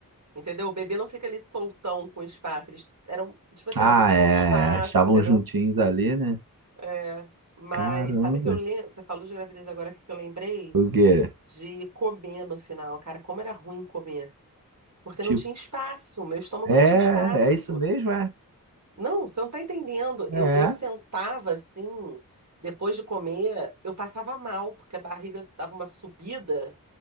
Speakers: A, on the right (about 55°); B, on the right (about 80°).
A: entendeu? O bebê não fica ali soltão com espaço. Eles eram, tipo assim,
B: Ah,
A: era muito
B: é,
A: pouco espaço,
B: é. Estavam
A: entendeu?
B: juntinhos ali, né?
A: É, mas
B: Caramba.
A: sabe que eu lembro? Você falou de gravidez agora que eu lembrei
B: O quê?
A: de comer no final. Cara, como era ruim comer. Porque
B: Tipo,
A: não tinha espaço, meu estômago
B: é,
A: não tinha espaço.
B: é isso mesmo, é?
A: Não, você não tá entendendo.
B: É.
A: Eu, eu sentava assim, depois de comer, eu passava mal, porque a barriga dava uma subida